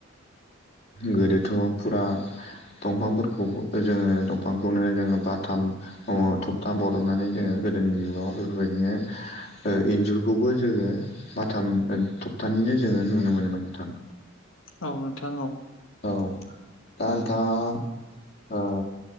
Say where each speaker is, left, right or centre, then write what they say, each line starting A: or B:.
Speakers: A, on the left; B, on the left.
A: गोदोथ' फुरा दंफांफोरखौबो जोङो दंफांखौनो जोङो बाथाम थबथा बरननानै जोङो गोदोनि जुगाव बेफोरबायदिनो ओ इन्जुरखौबो जोङो बाथाम थक्टानिनो जोङो नुनो मोनोमोनोंथां
B: औ नोंथां औ
A: औ दा नोंथाङा ओ